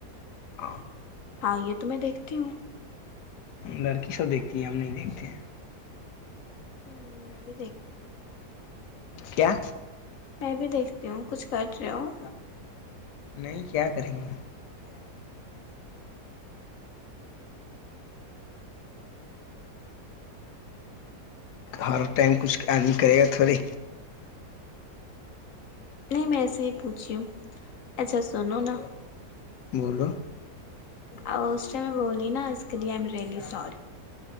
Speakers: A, on the left; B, on the left.
A: ہ
B: ہاں یہ تو میں دیکھتی ہوں
A: لرک سب دتی ہم نہیں دھتے ہیں
B: ہوں میں بھی دیکھتی ہوں
A: کیا
B: میں بھی دیکھتی ہوں کچھ کر رہے ہو
A: نہیں کیا کریں گے
B: ہ
A: ہر ٹائم کچھ آدمی کرے گا تھوڑے
B: نہیں میں ایسے ہی پوچھیی ہوں اچھا سنو نا
A: بولو
B: اسٹ میں بولی نا اس کے لیے آئی ایم ریئلی سی